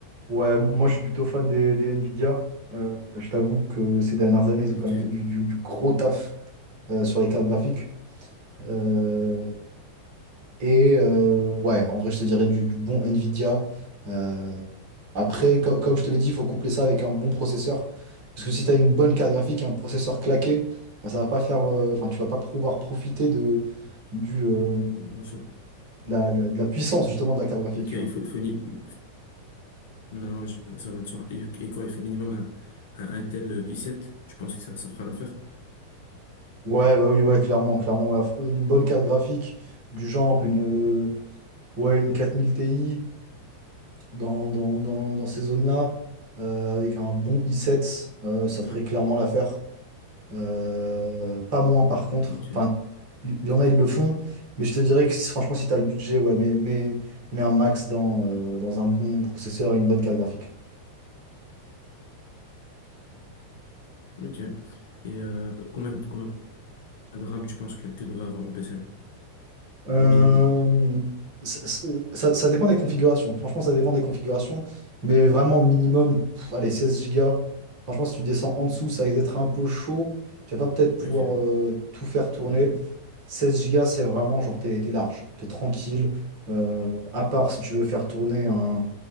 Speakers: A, on the right; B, on the left.
A: Ouais, m- moi je suis plutôt fan des, des Nvidia. Euh, je t'avoue que ces dernières années, ils ont quand
B: Ok.
A: même fait du, du- du gros taf euh, sur les cartes graphiques. Euh, et euh, ouais, en vrai, je te dirais
B: Mm,
A: du, du bon Nvidia. Euh, après, co- comme je te l'ai dit, il faut coupler ça avec un bon processeur. Parce que si tu as une bonne carte graphique et un processeur claqué, bah, ça va pas faire, euh, enfin, tu vas pas pouvoir profiter de, du, euh,
B: mm, non, je-
A: de la, de la de la puissance justement de la carte graphique,
B: Ok,
A: tu
B: il
A: vois.
B: faut, il faut ni... mmh, Non, je- ça va de soi. Et, et quoi, il faut minimum un, un Intel i sept, Tu penses que ça, ça fera l'affaire?
A: Ouais, bah oui, ouais, clairement, clairement, ouais. Faut Une bonne carte graphique du genre une, euh, ouais, une 4000 Ti dans, dans, dans, dans ces zones-là, euh, avec un bon i7, euh,
B: Mhm,
A: ça ferait clairement l'affaire. Euh, pas moins par contre.
B: Ok,
A: Enfin, il y, y en a, ils le font, mais je te dirais que si- franchement, si tu as le budget, ouais, mais, mais, mais un max dans, euh, dans un bon processeur et une bonne carte graphique.
B: ok. Et euh, combien, combien de RAM tu penses que, que devrait avoir mon PC?
A: Euh,
B: Au minimum.
A: ça, ça- ça dépend des configurations. Franchement, ça dépend des configurations. Mais vraiment, minimum, pff, allez, 16 gigas. Franchement, si tu descends en dessous, ça risque d'être un peu chaud. Tu vas pas peut-être pouvoir
B: Ok.
A: euh, tout faire tourner.
B: Mhm.
A: seize gigas, c'est vraiment genre, t'es, t'es large, t'es tranquille. Euh, à part si tu veux faire tourner un,